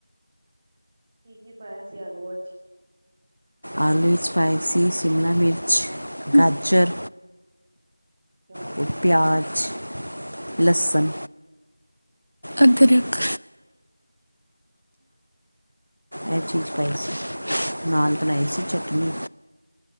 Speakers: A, in the centre; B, on the right.
A: ਕੀ ਹੀ ਪਾਇਆ ਸੀ ਆਲੂਆ ਚ,
B: ਆਲੂ ਚ ਪਾਏ ਸੀ ਸ਼ਿਮਲਾ ਮਿਰਚ ਗਾਜਰ,
A: ਚਾਹ
B: ਤੇ ਪਿਆਜ਼ ਲਸਣ ਅਦਰਕ ਇਹ ਚੀਜ਼ ਪਾਈ ਸੀ ਨਾਨ ਬਣਾਈ ਸੀ ਚਟਨੀ